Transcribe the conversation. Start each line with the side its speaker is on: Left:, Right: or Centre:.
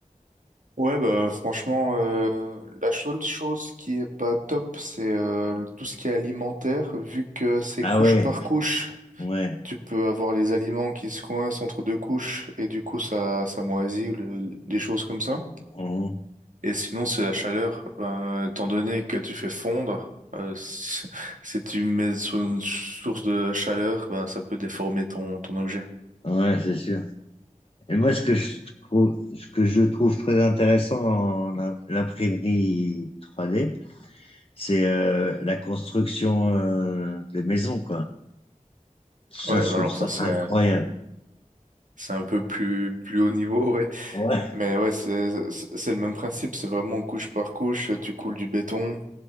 Right: Ouais, bah franchement, euh, la seule chose qui est pas top, c'est euh, tout ce qui est alimentaire, vu que c'est
Left: Ah
Right: couche
Left: ouais,
Right: par couche.
Left: ouais,
Right: Tu peux avoir les aliments qui se coincent entre deux couches et du coup ça, ça moisit ou le- des choses comme ça.
Left: mhm.
Right: Et sinon, c'est la chaleur. Ben, étant donné que tu fais fondre, euh, si, <laughs> si tu mets sur une source de chaleur, ben, ça peut déformer ton, ton objet.
Left: ouais, c'est sûr. Et moi, ce que je trouve, ce que je trouve très intéressant en im- l'imprimerie 3D, c'est euh, la construction euh, des maisons, quoi. Ça,
Right: Ouais,
Left: je
Right: alors
Left: trouve
Right: ça,
Left: ça
Right: c'est,
Left: incroyable.
Right: c'est un peu plus, plus haut niveau, <laughs> ouais.
Left: Ouais,
Right: Mais ouais, c'est c'est c'est le même principe, c'est vraiment couche par couche, tu coules du béton.